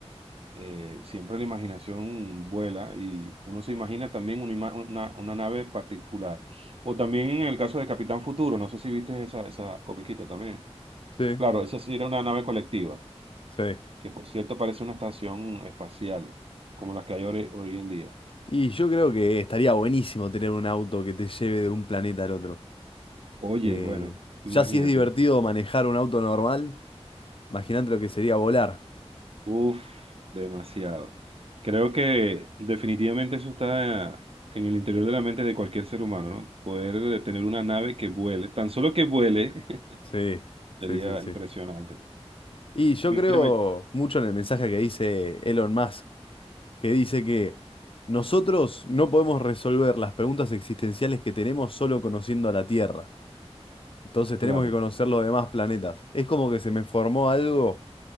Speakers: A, on the right; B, on the left.
A: eh, siempre la imaginación vuela y uno se imagina también una, ima- una, una nave particular. O también en el caso de Capitán Futuro, no sé si viste esa, esa comiquita también.
B: sí,
A: Claro, esa sí era una nave colectiva
B: sí.
A: que por cierto parece una estación espacial, como las que hay hoy, hoy en día.
B: Y yo creo que estaría buenísimo tener un auto que te lleve de un planeta al otro.
A: Oye,
B: Eh,
A: bueno, imagínate.
B: ya si es divertido manejar un auto normal, imagínate lo que sería volar.
A: Uf, demasiado. Creo que definitivamente eso está en el interior de la mente de cualquier ser humano, ¿no? Poder eh, tener una nave que vuele, tan solo que vuele, <laughs>
B: Sí,
A: sería
B: sí, sí, sí.
A: impresionante.
B: Y yo
A: Mírame,
B: creo mucho en el mensaje que dice Elon Musk, que dice que nosotros no podemos resolver las preguntas existenciales que tenemos solo conociendo a la Tierra. Entonces tenemos
A: claro,
B: que conocer los demás planetas. Es como que se me formó algo